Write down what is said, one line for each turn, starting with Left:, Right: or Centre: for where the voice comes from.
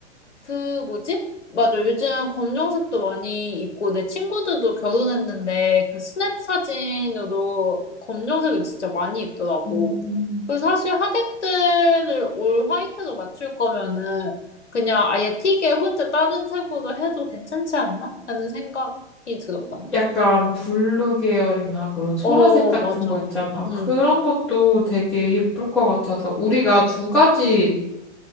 Left: 그 뭐지? 맞아. 요즘 검정색도 많이 있고 내 친구들도 결혼했는데 그 스냅 사진으로 검정색을 진짜 많이 입더라고.
Centre: 음.
Left: 그래서 사실 하객들을 올 화이트로 맞출 거면은 그냥 아예 틱에 혼자 다른 색으로 해도 괜찮지 않나? 하는 생각이 들어 나는.
Centre: 약간 블루 계열이나 그런 소라색
Left: 어,
Centre: 같은
Left: 맞아.
Centre: 거 있잖아.
Left: 응.
Centre: 그런 것도 되게 예쁠 것 같아서 우리가 두 가지